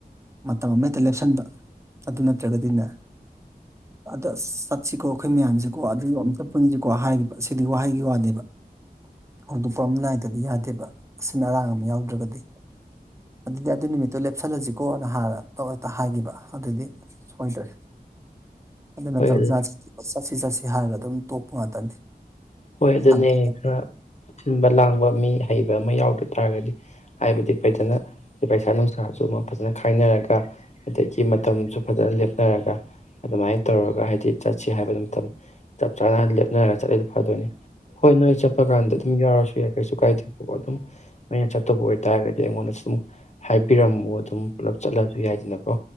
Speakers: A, on the right (about 15°); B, on the left (about 45°).
A: ꯃꯇꯝ ꯑꯃꯛꯇ ꯂꯦꯞꯁꯟꯕ ꯑꯗꯨ ꯅꯠꯇ꯭ꯔꯒꯗꯤꯅꯦ ꯑꯗ ꯆꯠꯁꯤꯀꯣ ꯑꯩꯈꯣꯏ ꯃꯌꯥꯝꯁꯤꯀꯣ ꯑꯗꯨ ꯑꯝꯇ ꯄꯨꯟꯁꯤꯀꯣ ꯍꯥꯏꯈꯤꯕ ꯁꯤꯗꯤ ꯋꯥꯍꯩꯒꯤ ꯋꯥꯅꯦꯕ ꯍꯧꯗꯣꯛꯄ ꯑꯃ ꯅꯥꯏꯗꯗꯤ ꯌꯥꯗꯦꯕ ꯑꯁꯤꯅ ꯑꯔꯥꯡ ꯑꯃ ꯌꯥꯎꯗ꯭ꯔꯒꯗꯤ ꯑꯗꯨꯗꯤ ꯑꯗꯨ ꯅꯨꯃꯤꯠꯇꯣ ꯂꯦꯞꯁꯜꯂꯁꯤꯀꯣꯅ ꯍꯥꯟꯅ ꯇꯧꯛꯇ ꯍꯥꯏꯈꯤꯕ ꯑꯗꯨꯗꯤ ꯁꯣꯏꯗ꯭ꯔꯦ ꯑꯗꯨ ꯅꯠꯇꯕ
B: ꯍꯣꯏ
A: ꯖꯥꯠ ꯆꯠꯁꯤ ꯆꯠꯁꯤ ꯍꯥꯏꯔꯒ ꯑꯗꯨꯝ ꯇꯣꯞꯄꯨ ꯉꯥꯛꯇꯅꯤ
B: ꯍꯣꯏ ꯑꯗꯨꯅꯦ
A: ꯁꯪꯗꯕ
B: ꯈꯔ ꯁꯤꯟꯕ ꯂꯥꯡꯕ ꯃꯤ ꯍꯩꯕ ꯑꯃ ꯌꯥꯎꯗ ꯇꯥꯔꯒꯗꯤ ꯍꯥꯏꯕꯗꯤ ꯐꯖꯅ ꯄꯩꯁꯥ ꯅꯨꯡꯁꯥꯁꯨ ꯑꯃ ꯐꯖꯅ ꯈꯥꯏꯅꯔꯒ ꯑꯗꯒꯤ ꯃꯇꯝꯁꯨ ꯐꯖꯅ ꯂꯦꯞꯅꯔꯒ ꯑꯗꯨꯃꯥꯏꯅ ꯇꯧꯔꯒ ꯍꯥꯏꯗꯤ ꯆꯠꯁꯤ ꯍꯥꯏꯕꯗꯨ ꯃꯇꯝ ꯆꯞ ꯆꯥꯅ ꯂꯦꯞꯅꯔꯒ ꯆꯠꯂꯁ ꯐꯗꯣꯏꯅꯤ ꯍꯣꯏ ꯅꯣꯏ ꯆꯠꯄ ꯀꯥꯟꯗ ꯑꯗꯨꯝ ꯌꯥꯎꯔꯁꯨ ꯌꯥꯏ ꯀꯩꯁꯨ ꯀꯥꯏꯗꯦꯕꯀꯣ ꯑꯗꯨꯝ ꯅꯣꯏꯅ ꯆꯠꯇꯕ ꯑꯣꯏꯇꯥꯔꯒꯗꯤ ꯑꯩꯉꯣꯟꯗꯁꯨ ꯑꯗꯨꯝ ꯍꯥꯏꯕꯤꯔꯝꯃꯨ ꯑꯗꯨꯝ ꯄꯨꯂꯞ ꯆꯠꯂꯁꯨ ꯌꯥꯏꯗꯅꯀꯣ